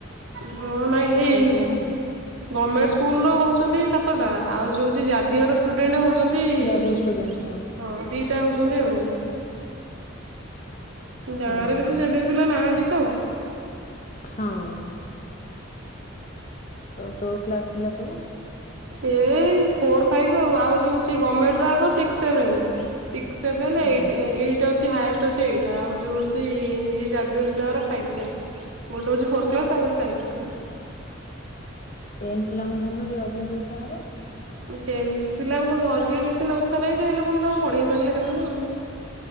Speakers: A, on the right (about 75°); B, on the left (about 40°).
A: ହଁ ନାଇଁ ଏଇ
B: ପିଲା ହଉନାହିଁ?
A: ଗମେଣ୍ଟ୍ ସ୍କୁଲ ର ହଉଛ୍ <inaudible> ସାତଟା ଆଉ ଯୋଉ <inaudible> ଜାବିୟର୍। <unintelligible> <inaudible> ଦି ହଁ ଦି।
B: ପ୍ରାଇଭେଟ ଷ୍ଟୁଡେଣ୍ଟ
A: <inaudible>
B: ହଁ
A: ହଉଛନ୍ତି ଆଉ। ଗାଁ
B: ଓହୋ।
A: ରେ ବେଶୀ ଜାଭିୟର ପିଲା ନାହାନ୍ତି ତ।
B: ହଁଅଅ ହଉ କୋଉ କ୍ଲାସ ପିଲା ସବୁ?
A: ଏଇ ଫୋର୍ ଫାଇଭ୍ ଆଉ ଆଉ ଯୋଉ ସେ ଗମେଣ୍ଟର। ହ ସିକ୍ସ୍ ସେଭେନ୍, ସିକ୍ସ୍ ସେଭେନ୍
B: ହୁଁ
A: ଏଇଟ୍, ଏଇଟ୍ ଅଛି ହାଏଷ୍ଟ୍ ଅଛି ଏଇଟ, ଆଉ ଯୋଉ ହଉଛି ଏଇ ଜାଭିୟର। ଫ୍ଲୋର୍ ଫାଇଭ୍ ଯାଏଁ ଗୋଟେ ହଉଛି ଫୋର୍। କ୍ଲସ ଆଉ ଗୋଟେ ଫ୍ଲାଇଟକ୍ଲାସ
B: <inaudible> ଏମ ପିଲାଙ୍କୁ ଧନଟିକେ ଅଧିକ ପଇସାହବ
A: ଟେନଥ ପିଲାଙ୍କୁ ଧରିଲ କି ସିନା କଥା ନାଇଁଯେ ହେଲେପୁଣି ତାଙ୍କୁ ପଢେଇ ପାରିଲେ ହେଲାନା ଆଉ